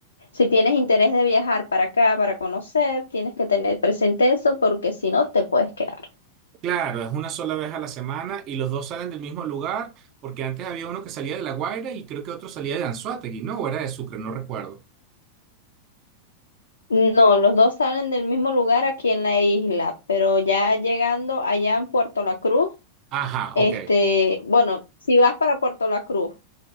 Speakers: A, on the left (about 75°); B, on the right (about 35°).
A: si tienes interés de viajar para acá, para conocer, tienes que tener presente eso porque si no te puedes quedar.
B: claro, es una sola vez a la semana y los dos salen del mismo lugar, porque antes había uno que salía de La Guaira y creo que otro salía de Anzoátegui, ¿no? O era de Sucre, no recuerdo.
A: No, los dos salen del mismo lugar aquí en la isla, pero ya llegando allá en Puerto La Cruz,
B: Ajá,
A: este,
B: ok,
A: bueno, si vas para Puerto La Cruz,